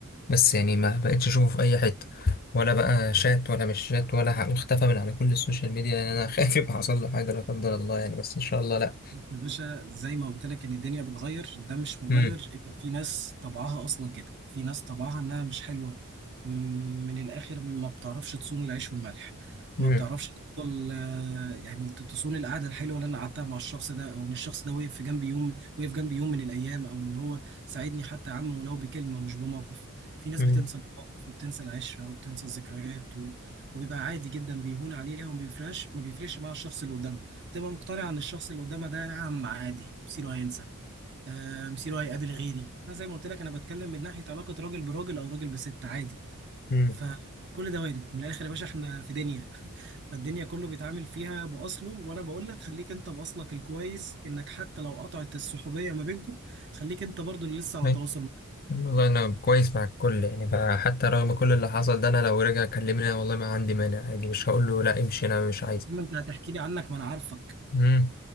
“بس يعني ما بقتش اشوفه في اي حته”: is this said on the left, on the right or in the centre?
Left